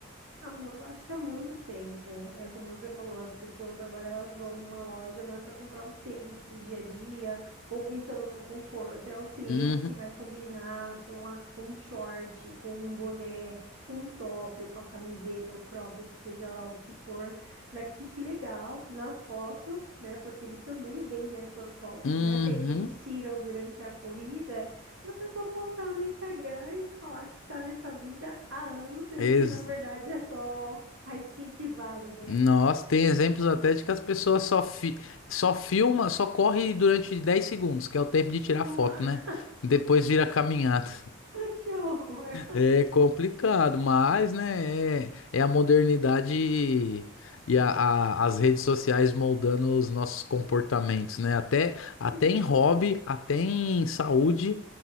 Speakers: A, on the right; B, on the left.
A: Há mu- Eu acho que há muito tempo. É como você falou, as pessoas agora elas vão numa loja, não é para comprar um tênis para o dia a dia, ou pensando no conforto, é o tênis
B: Uhum.
A: que vai combinar com a, com um short, com um boné, com um top, ou com a camiseta, ou cropped, seja lá o que for, para que fique legal nas fotos, né? Porque eles também vendem essas fotos,
B: Uhum.
A: né, Fê, que eles tiram durante a corrida. Pra pessoa postar no Instagram e falar que tá nessa vida há anos, sendo
B: Ex-
A: que na verdade é só a skin que vale, né?
B: Nossa, tem exemplos até de que as pessoas só, fi... só filma, só corre durante 10 segundos, que é o tempo de tirar
A: Nossa,
B: foto, né? Depois vira caminhada.
A: <laughs> que horror.
B: É complicado, mas, né, é, é a modernidade e, e a- a- as redes sociais moldando os nossos comportamentos, né? Até, até
A: Sim,
B: em hobby, até em saúde,